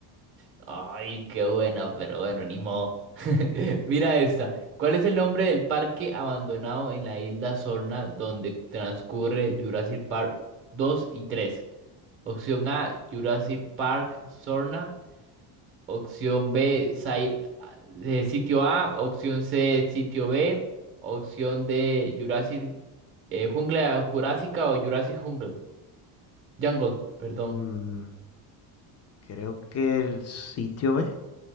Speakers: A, on the right (about 25°); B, on the left (about 35°).
A: Ay, qué buena, pero bueno, ni modo. <laughs> Mira esta. ¿Cuál es el nombre del parque abandonado en la isla Sorna donde transcurre Jurassic Park 2 y 3? Opción A, Jurassic Park Sorna. Opción B, Site- eh, sitio A. Opción C, sitio B. Opción D, Jurassic eh, Jungla Jurásica o Jurassic Jungle. Jungle, perdón.
B: Mm, creo que el sitio B.